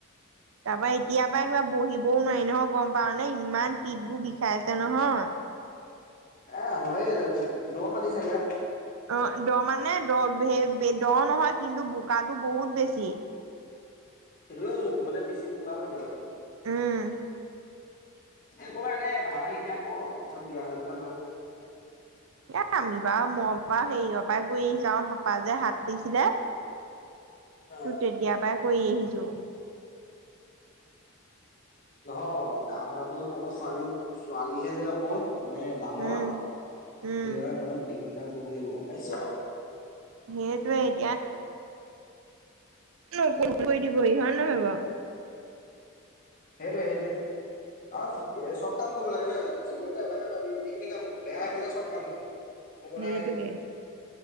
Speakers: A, on the right (about 65°); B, on the left (about 40°).
A: তাৰ পৰা এতিয়াৰ পৰা কিবা বহিবও নোৱাৰি নহয় গম পাও নে ইমান পিঠবোৰ বিষাই আছে নহয়।
B: এ হয়য়ে দ মাটি চাগে?
A: অ দ মানে দ দ নহয় কিন্তু বোকাটো বহুত বেছি।
B: সেইটোৱে কৈছো মানে বেছি বোকা মাটি আৰু।
A: উম।
B: একো নাই দেই ভালে এতিয়া কৰ পিছত বিয়া হৈ পেলাই ভাল হ'ব।
A: এ আমি বাৰু মই বাৰু হেৰিৰ পৰা কৈ আহি যাওঁ পাপা যে হাতৰিছিলে।
B: অ
A: তোৰ তেতিয়াৰ পৰাই কৰি আহিছো।
B: নহয় ডাঙৰ কথাটো হল তোমাৰ ছোৱালী ছোৱালীহে যে অকল মানে- ডাঙৰ,
A: উম
B: সেইটো
A: উম
B: কাৰণে তোমাক গোটেইখিনি কাম কৰিব লাগিব গম পাইছো।
A: সেইটোৱে এতিয়া। <unintelligible> দিবহি হয় নহ'বও।
B: সেইটোৱে সেইটোৱে। অ চব কাম কৰিব লাগে না জীৱনটো এবাৰহে পাবি গোটেইখিনি কাম বেয়াভালে চব কাম কৰিবি। <inaudible> মোৰ কথা
A: সেইটোকে
B: সেইটোৱে,